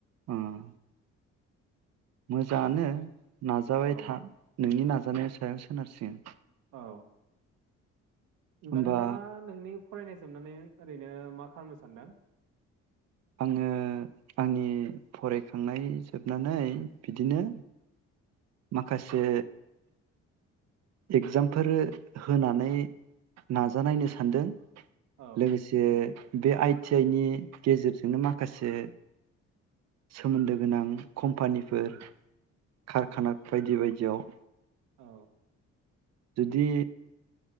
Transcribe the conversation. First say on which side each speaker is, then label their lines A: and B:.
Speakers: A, on the right; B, on the right.
A: उम। मोजाङानो नाजाबाय
B: औ
A: था नोंनि नाज जानायनि सायाव सोनारसिगोन
B: औ
A: होमबा
B: दा नोंथाङा नोंनि फरायनाय जोबनानै ओरैनो मा खालामनो सानदों
A: आङो आंनि फरायखांनाय जोबनानै बिदिनो माखासे इगजामफोर होनानै नाजानायनो सानदों
B: औ
A: लोगोसे बे आइ थि आइ नि गेजेरजों नो माखासे सोमोन्दो गोनां कम्पानिफोर कारखाना बायदि बायदियाव
B: औ
A: जुदि